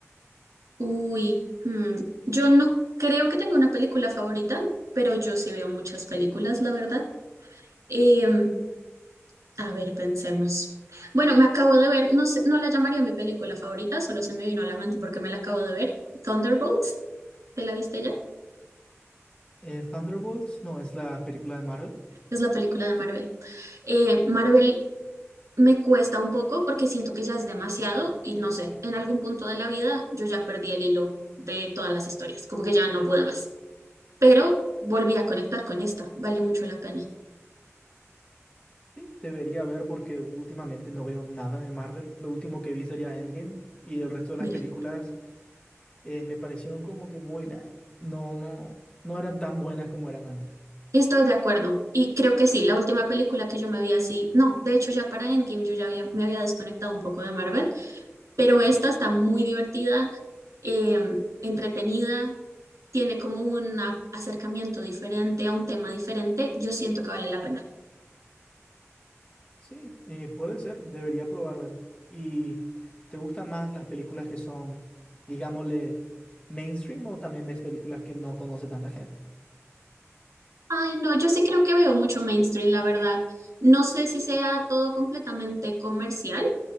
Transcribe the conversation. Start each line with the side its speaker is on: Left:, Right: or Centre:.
Right: Uy, hmm, yo no creo que tenga una película favorita, pero yo sí veo muchas películas, la verdad. Em, A ver, pensemos. Bueno, me acabo de ver, no sé, no la llamaría mi película favorita, solo se me vino a la mente porque me la acabo de ver. Thunderbolts, ¿te la viste ya?
Left: Eh, Thunderbolts, no, es la película de Marvel.
Right: Es la película de Marvel. Eh, Marvel me cuesta un poco porque siento que ya es demasiado y no sé, en algún punto de la vida yo ya perdí el hilo de todas las historias, como que ya no pude más. Pero volví a conectar con esta, vale mucho la pena.
Left: Sí, debería ver porque últimamente no veo nada de Marvel. Lo último que vi sería Endgame y el resto de
Right: Mira.
Left: las películas eh, me parecieron como que muy... meh. No, no, no eran tan buenas como eran antes.
Right: Estoy de acuerdo. Y creo que sí, la última película que yo me vi así, no, de hecho ya para Endgame yo ya había, me había desconectado un poco de Marvel, pero esta está muy divertida, eh, entretenida, tiene como un a- acercamiento diferente a un tema diferente. Yo siento que vale la pena.
Left: Sí, eh, puede ser, debería probar ver. ¿Y te gustan más las películas que son, digámosle, mainstream o también ves películas que no conoce tanta gente?
Right: Ay, no, yo sí creo que veo mucho mainstream, la verdad. No sé si sea todo completamente comercial,